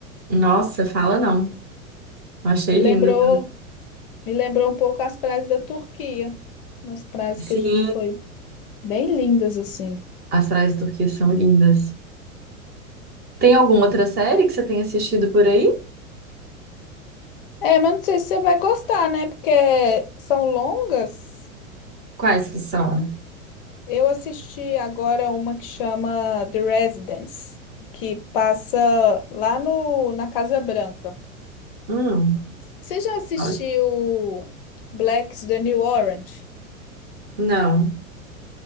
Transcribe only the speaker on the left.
Me lembrou,
me lembrou um pouco as praias da Turquia, umas praias
que a gente foi bem lindas assim.
É, mas não sei se você vai gostar, né? Porque são longas.
Eu assisti agora uma que chama The Residence, que passa lá no, na Casa Branca.
Você já assistiu
Black's The New Orange?